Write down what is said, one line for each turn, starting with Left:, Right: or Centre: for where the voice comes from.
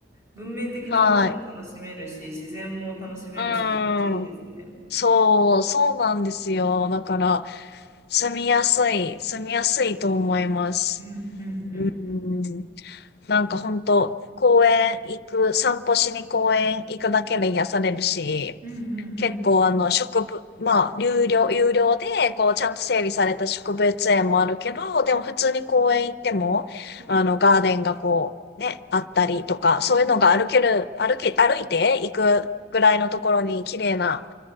Right: 文明的なことも楽しめるし、
Left: はい。
Right: 自然も楽しめるし、
Left: うーん。
Right: めっちゃいいですね。
Left: そう、そうなんですよ。だから、住みやすい、住みやすいと思います。
Right: うんうんうんうん。
Left: うん。なんか本当公園行く、散歩しに公園行くだけで癒されるし、
Right: うんうんうん。
Left: 結構あの植物、まあ、有料、有料で、こう、ちゃんと整備された植物園もあるけど、でも普通に公園行っても、
Right: はいはい
Left: あの、ガーデンがこう、ね、あったりとか、そういうのが歩ける、
Right: うん
Left: 歩け、歩いて行くぐらいのところに綺麗な